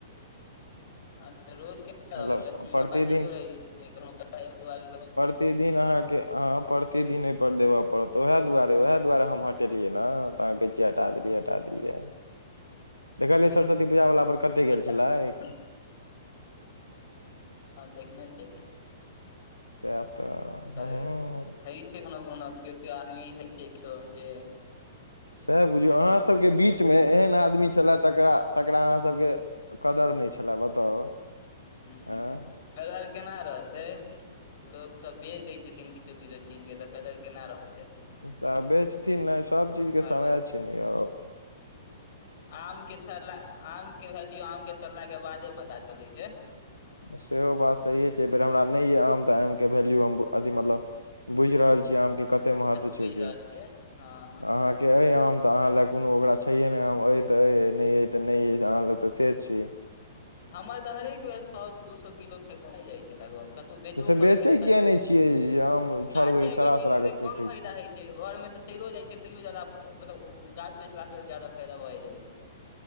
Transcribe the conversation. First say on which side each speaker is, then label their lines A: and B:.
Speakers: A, on the left; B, on the left.
A: हँ तऽ रोज केना
B: मतलब
A: रहबै कनि इम
B: प्रतिदिन
A: पढ़ाइयो रहै छै <inaudible>
B: प्रति दिन अहाँके प्रति दिन एहि पर देबऽ पड़त वहि दुआरे वहि दुआरे हम हटेलियै ने अहाँ कह हटा देलियै हटा देलियै देखलिए सरस्वती पूजा वला पर कते
A: <inaudible>
B: गेल छलै सेअ तऽ
A: की कर
B: हँ
A: बय हेय छै कोनो कोनो केओ केओ आदमी हइ छै जे
B: सएह बुझियौ अहाँ
A: <inaudible>
B: सबके बीच मे एहन आदमी छलए तकरा तकरा अहाँ सबके कदर नइ छलए बताउ
A: हुं
B: आँ
A: कदर केना रहतै लोक सब बेच दय छथिन किछो किछो चीज के तऽ कदर केना रहत
B: तऽ बेचथिन नै सभ चीजके
A: आओर
B: समय छै ने यौ
A: आम के सरलाह आम के वैल्यू आम के सरलाह के बादे पता चले छै
B: सेहो बात सहीए छै अए बेर हमरा नइ यए आम तऽ आमके वैल्यू हम अथी मतलब बुइझ रहल छी आम के कते महत्व
A: बुझि
B: छै
A: रहल
B: से
A: छियै हँ
B: अहाँके आम तऽ अहाँ लग कोनो ओकरा छैये ने आम अहाँ लग तऽ से छीियै <unintelligible>
A: हमर तऽ हरेक बेर सो दू सो किलो फेेक जाइ छै लगभग कतौ बेचबो
B: तऽ से
A: करै
B: बेचै
A: छियै तऽ कते
B: किया नहि छियै जे आम छोड़बै
A: गाछे मे
B: सड़ा
A: बेचै
B: सड़ा
A: छी
B: कऽ
A: तऽ
B: फेेकै
A: कम फायदा
B: छी
A: होय छै घरमे तऽ सड़िो जाइ छै तैयो ज्यदा मतलब ओ गाछ बेचलाास से ज्यदा फायदा भए जाइ छै